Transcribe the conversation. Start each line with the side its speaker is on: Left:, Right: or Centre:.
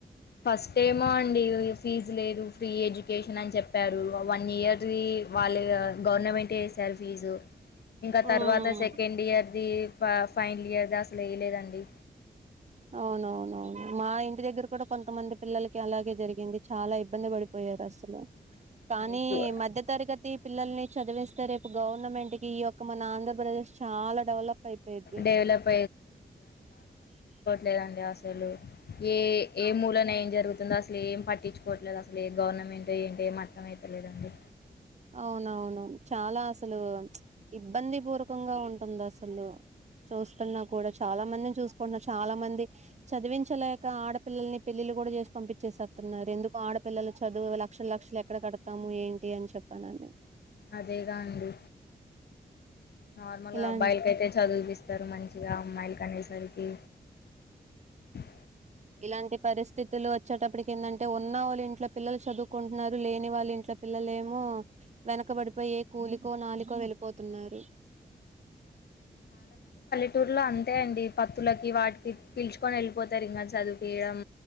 Left: ఫస్ట్ టైము అండి. ఫీజు లేదు ఫ్రీ ఎడ్యుకేషన్ అని చెప్పారు వన్ ఇయర్ ది వాళ్లే ఇగ గవర్నమెంట్ ఏ ఏసారు ఫీజు ఇంకా
Right: ఉమ్
Left: తర్వాత సెకండ్ ఇయర్ ది ఫ ఫైనల్ ఇయర్ద అసలు ఏయలేదండి
Right: అవునవునవును మా ఇంటి దగ్గర కూడా కొంతమంది పిల్లలకి అలాగే జరిగింది చాలా ఇ ఇబ్బంది పడిపోయారు అసలు కానీ
Left: ఇప్పు
Right: మధ్య తరగతి పిల్లల్ని చదివిస్తే రేప్ గవర్నమెంట్ కి ఈ యొక్క మన ఆంధ్రప్రదేశ్ చాలా డెవలప్ అయిపోయిది
Left: డెవలప్ లేదండి అసలు ఏ ఏ మూలన ఏం జరుగుతుందో అసలు ఏం పట్టించుకోవట్లేదు అసలు ఏ గవర్నమెంట్ ఏంటి ఏం అర్థం అయితలేదండి
Right: అవునవును చాలా అసలు ప్చ్ ఇబ్బంది పూర్వకంగా ఉంటుంది అసలు చూస్తున్నా కూడా చాలా మందిని చూసుకుంటున్నారు చాలా మంది చదివించలేక ఆడపిల్లల్ని పెళ్ళిలు కూడా చేసి పంపించేసేతున్నారు ఎందుకు ఆడపిల్లలు చదువు లక్షల లక్షలు ఎక్కడ కడతాము ఏం టీ అని చెప్పానని
Left: అదేగా అండి నార్మల్గా
Right: ఇలాంటి
Left: అబ్బాయిలకి ఆయితే చదివిపిస్తారు మంచిగా అమ్మాయిలకి అనేసరికి ఉ
Right: ఇలాంటి పరిస్థితులు వచ్చేటప్పటికి ఏందంటే ఉన్న వాళ్ళ ఇంట్లో పిల్లలు చదువుకుంటున్నారు లేని వాళ్ళు ఇంట్లో పిల్లలు ఏమో వెన క్కబడిపోయే కూలికో నాలికొ వెళ్ళిపోతున్నారు
Left: ట్టూర్లో అంతే అండి పత్తులకి వాటికి పిలుచుకొని వెళ్ళిపోతారు ఇంకా చదివిపియడం